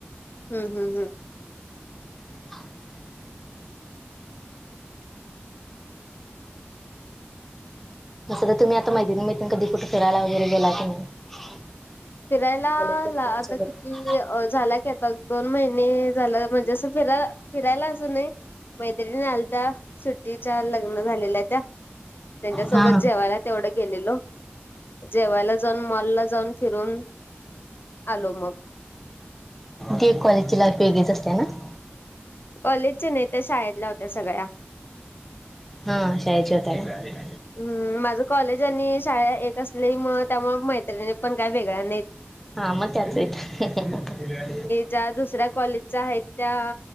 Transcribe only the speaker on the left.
हम्म हम् हम्
सगळयाला
आता
किती झाला ता दोन महिने झालं म्हणजे असं फिरायला फिरायला असं नाही मैत्रिणी आलत सुट्टीच्या लग्न झालेल्या त्या त्यांच्यासोबत
जेवायला तेवढं गेलेलो जेवायला जाऊन मॉलला जाऊन फिरून आलोमग
कॉलेजच्या नाहीेत मैत्रीणी शाळेतल्या होत्या सगळ्या
हम् माझं कॉलेज आणि शाळा एक असल्यामुळे त्यामुळे मैत्रिणी पण काय वेगळया नाहीत.
त्या दुसऱ्या कॉलेजच्या आहेत त्या